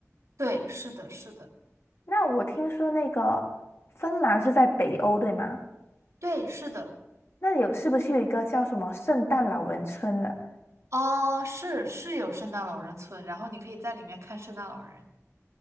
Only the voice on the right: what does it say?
对，是的，是的，
对，是的，
哦，是是有圣诞老人村，然后你可以在里面看圣诞老人，